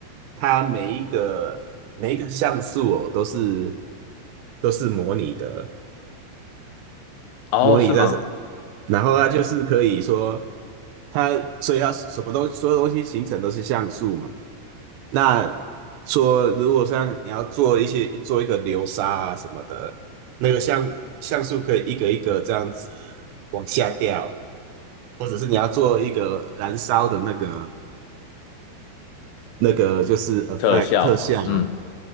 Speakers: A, on the right; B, on the left.
A: 它每一个每一个像素哦，都是都是模拟的，
B: 哦，
A: 模拟在是，
B: 是吗？
A: 然后它就是可以说它，所以它什么东所有东西形成都是像素嘛。那说如果像你要做一些做一个流沙啊什么的，那个像像素可以一个一个这样子往下掉，或者是你要做一个燃烧的那个那个就是 effect
B: 特效吗？
A: 特效哦，
B: 嗯。